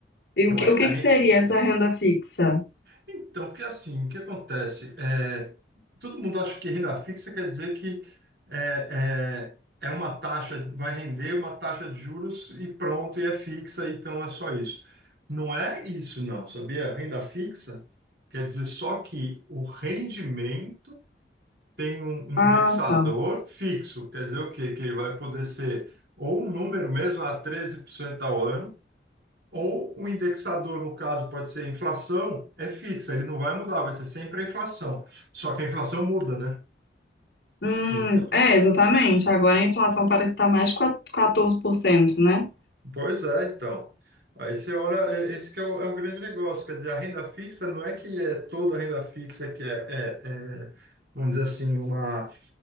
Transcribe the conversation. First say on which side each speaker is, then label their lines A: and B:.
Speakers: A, on the left; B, on the right.
A: E o
B: Eu
A: que,
B: acho
A: o que
B: que a, re-
A: que seria essa renda fixa?
B: Então, porque assim, o que acontece? É, todo mundo acha que renda fixa quer dizer que é, é, é uma taxa, vai render uma taxa de juros e pronto, e é fixa, então é só isso. Não é isso, não, sabia? Renda fixa quer dizer só que o rendimento tem um, um
A: Ah,
B: indexador
A: tá.
B: fixo, quer dizer o quê? Que ele vai poder ser ou um número mesmo a 13% ao ano ou o indexador, no caso, pode ser a inflação, é fixa, ele não vai mudar, vai ser sempre a inflação. Só que a inflação muda, né?
A: Hum,
B: Então,
A: é,
B: é-
A: exatamente. Agora a inflação parece estar mais de 14%, né?
B: pois é, então. Aí você olha, é- esse que é o, é o grande negócio, quer dizer, a renda fixa não é que é toda a renda fixa que é, é- é, vamos dizer assim, uma,